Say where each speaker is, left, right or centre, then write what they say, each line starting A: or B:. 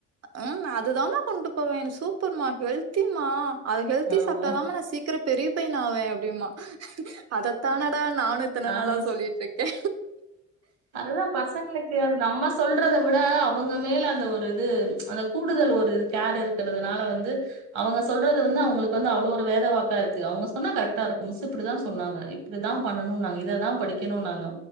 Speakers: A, on the right; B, on the right.
A: ஹ் நா அதுதாமா கொண்டு இப்ப வேணு சூப்பருமா ஹெல்த்திமா அது ஹெல்த்தி
B: ஆமா
A: சாப்பிட்டாதாம நா சீக்கிர பெரிய பையன் ஆவே அப்டிம்ப அதத்தானடா நானு இத்தன
B: நாங்களு
A: நாளா சொல்லிட்டு இருக்கே
B: அதுதா பசங்களுக்கு அத நம்ம சொல்றத விட அவங்க மேல் <unintelligible> அந்த ஒரு இது அந்த கூடுதல் ஒரு கேர் இருக்கிறதுனால வந்து அவங்க சொல்றது வந்து அவங்களுக்கு வந்து அவ்ளோ ஒரு வேதவாக்கா இருக்கு அவங்க சொன்னா கரெக்டா இருக்கு மிஸ் இப்டிதா
A: ம்
B: சொன்னாங்க இப்டிதா பண்ணணுன்னாங்க இததா படிக்கணுன்னாங்க